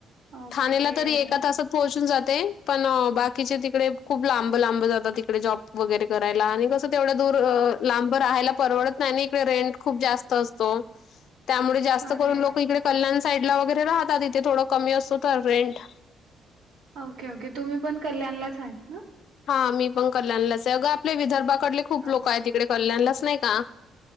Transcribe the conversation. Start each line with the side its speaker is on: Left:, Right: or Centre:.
Right: ओके
Left: ठाणेला तरी एका तासात पोहोचून जाते. पण बाकीचे तीक कडे खूप लांब, लांब जातात तिकडे जॉब वगैरे करायला आणि कसं तेवढं दूर लांब राहायला परवडत नाही. इकडे रेंट खूप जास्त असतो. त्यामुळे जास्त
Right: अरे
Left: करून लोक इकडे कल्याण साईड ला वगैरे राहतात इथे थोडं कमी असतो तर रेंट.
Right: ओके ओके तुम्ही पण कल्याणलाच आहेत ना.
Left: हा मी पण कल्याणलाच आहे. अगं आपले विदर्भाकडले खूप
Right: अच्छा
Left: लोक आहेत तिकडे. कल्याणलाच नाही का